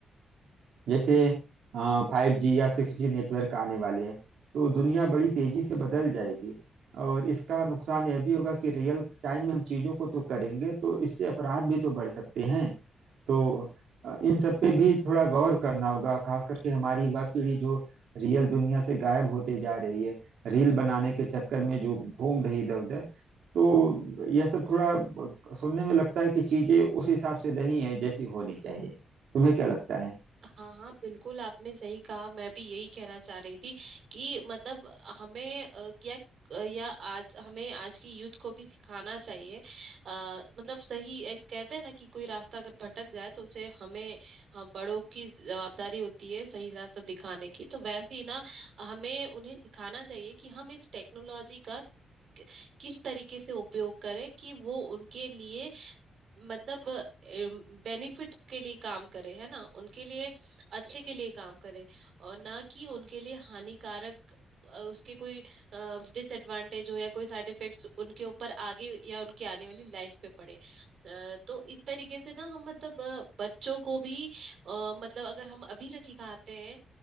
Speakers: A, on the right; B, on the right.
A: जैसे फाइव जी या सिक्स जी नेटवर्क आने वाले हैं तो दुनिया बड़ी तेजी से बदल जाएगी और इसका नुकसान यह भी होगा कि रियल टाइम में हम चीजों को तो करेंगे तो इससे अपराध भी तो बढ़ सकते हैं तो अ, इन सब पे भी थोड़ा गौर करना होगा खास करके हमारी युवा पीढ़ी जो रियल दुनिया से गायब होते जा रही है रील बनाने के चक्कर में जो घूम रही इधर उधर तो यह सब थोड़ा अ, सुनने में लगता है कि चीजें उस हिसाब से नहीं है जैसी होनी चाहिए तुम्हें क्या लगता है
B: हाँ हाँ बिल्कुल आपने सही कहा मैं भी यही कहना चाह रही थी कि मतलब हमें अ, क्या अ, या आज हमें आज की यूथ को भी सिखाना चाहिए आ, मतलब सही एक कहते हैं ना कि कोई रास्ता अगर भटक जाए तो उसे हमें हम बड़ों की जवाबदारी होती है सही रास्ता दिखाने की तो वैसे ही ना हमें उन्हें सिखाना चाहिए कि हम इस टेक्नोलॉजी का किस तरीके से उपयोग करें कि वो उनके लिए मतलब बेनिफिट के लिए काम करे है ना उनके लिए अच्छे के लिए काम करे और ना कि उनके लिए हानिकारक अ, उसके कोई डिसएडवांटेज हो या कोई साइड इफेक्ट्स उनके ऊपर आगे या उनकी आने वाली लाइफ पे पड़े अ, तो इस तरीके से ना हम मतलब अ, बच्चों को भी अ, मतलब अगर हम अभी से सिखाते हैं